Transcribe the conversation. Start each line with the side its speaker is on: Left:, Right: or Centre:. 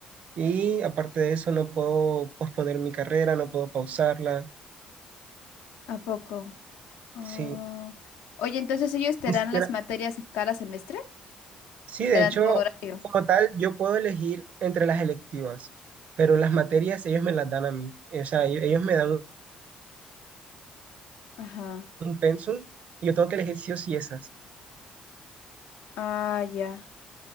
Right: Y aparte de eso, no puedo posponer mi carrera, no puedo pausarla.
Left: ¿A poco? Oh.
Right: Sí,
Left: Oye, entonces ellos te
Right: Ni
Left: dan
Right: siquiera,
Left: las materias en cada semestre,
Right: Sí,
Left: te
Right: de
Left: dan
Right: hecho,
Left: tu horario.
Right: como tal, yo puedo elegir entre las electivas, pero las materias ellos me las dan a mí. Eh, O sea, ellos ellos me dan un
Left: Ajá.
Right: un pensum y yo tengo que elegir sí o sí esas.
Left: Ah, ya.